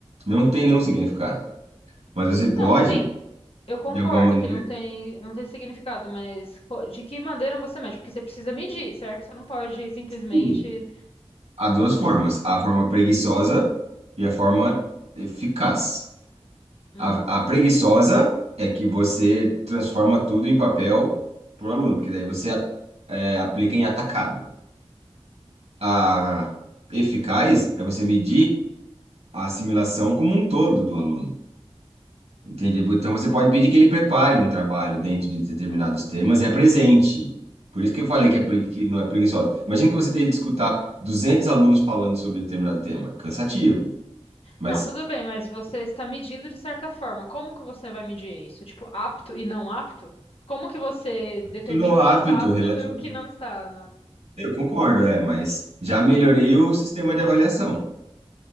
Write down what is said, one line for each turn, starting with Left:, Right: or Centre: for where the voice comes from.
Right: não tem nenhum significado. Mas você pode,
Left: Não, sim, eu concordo
Right: de alguma maneira,
Left: que não tem não tem significado, mas co- de que maneira você mede? Porque você precisa medir, certo? Você não pode simplesmente
Right: sim. Há duas formas, a forma preguiçosa e a forma eficaz.
Left: hum,
Right: A, a preguiçosa é que você transforma tudo em papel para o aluno, porque daí você é, aplica em atacado. A eficaz é você medir a assimilação como um todo do aluno. Entendi. Então você pode pedir que ele prepare um trabalho dentro de determinados temas e apresente. Por isso que eu falei
Left: em-
Right: que, é pregui- que não é preguiçosa. Imagina que você tem que escutar 200 alunos falando sobre determinado tema. Cansativo. Mas
Left: Não, tudo bem, mas você está medindo de certa forma. Como que você vai medir isso? Tipo, apto e não apto? Como que você determina
Right: tu não
Left: o
Right: é
Left: que está
Right: apto
Left: apto
Right: relativamente.
Left: e o que não está, né?
Right: Eu concordo, é, mas já melhorei o sistema de avaliação,